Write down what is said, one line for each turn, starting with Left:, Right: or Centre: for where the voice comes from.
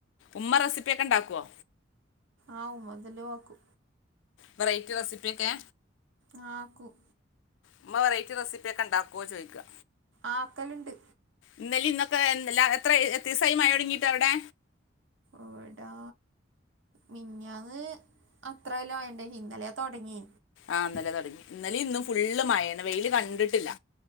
Left: ഉമ്മ റെസിപ്പിയൊക്കെ ഉണ്ടാക്കുമോ
Right: ആഹ് ഉമ്മതലേ വെക്കു
Left: വെറൈറ്റി റെസിപ്പിയൊക്കെ
Right: ആഹ് ആക്കും
Left: ഉമ്മ വെറൈറ്റി റെസിപിയൊക്കെ ഉണ്ടാക്കോ ചോദിക്കുക
Right: ആക്കല്ലുണ്ട്
Left: ഇന്നലെയും ഇന്നുമൊക്കെ എത്ര ദിവസായി മഴ തുടങ്ങിയിട്ട് അവിടെ
Right: എവിടാ മിനിഞ്ഞാന്ന് അത്രേയൊള്ളൂ ഇന്നലെ തുടങ്ങി
Left: ആഹ് ഇന്നലെയും ഇന്നും ഫുൾ മഴയാണ് വെയിൽ കണ്ടിട്ടില്ല